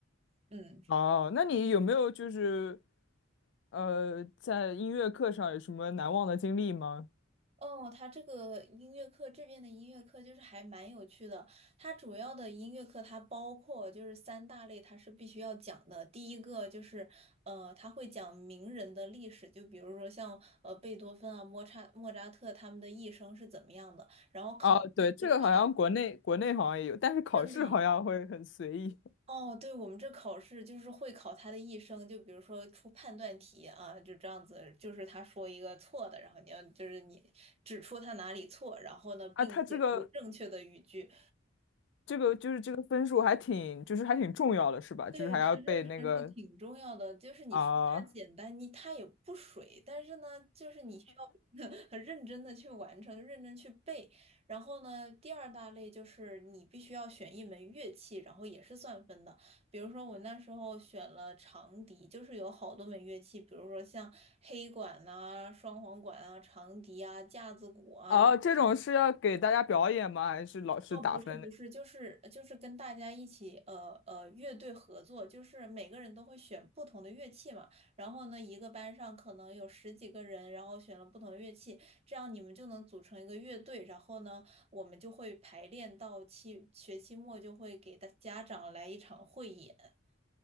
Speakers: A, on the right (about 30°); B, on the left (about 65°).
A: 嗯。
B: 哦，那你有没有就是呃，在音乐课上有什么难忘的经历吗？
A: 哦，他这个音乐课这边的音乐课就是还蛮有趣的。它主要的音乐课它包括就是三大类，它是必须要讲的。第一个就是呃，他会讲名人的历史，就比如说像呃贝多芬啊、莫扎莫扎特他们的一生是怎么样的，然后考试会考。
B: 啊，对，这个好像国内国内好像也有，但是考试好像会很随意
A: 真的，哦，对，我们这考试就是会考他的一生，就比如说出判断题啊，就这样子，就是他说一个错的，然后你要就是你指出他哪里错，然后呢，并写出正确的语句，
B: 啊。他这个这个就是这个分数还挺就是还挺重要的，是吧？
A: 对，
B: 就是还要被那个
A: 它这个传输挺重要的，就是你说它简单，
B: 啊
A: 你它也不水，但是呢，就是你需要 <laughs> 很认真的去完成，认真去背。然后呢，第二大类就是你必须要选一门乐器，然后也是算分的。比如说我那时候选了长笛，就是有好多门乐器，比如说像黑管呐、双簧管啊、长笛啊、架子鼓啊，
B: 啊，这种是要给大家表演吗？还是老师打分的？
A: 哦，不是不是，就是就是跟大家一起呃呃乐队合作，就是每个人都会选不同的乐器嘛。然后呢，一个班上可能有十几个人，然后选了不同的乐器，这样你们就能组成一个乐队。然后呢，我们就会排练到期学期末就会给大家长来一场汇演。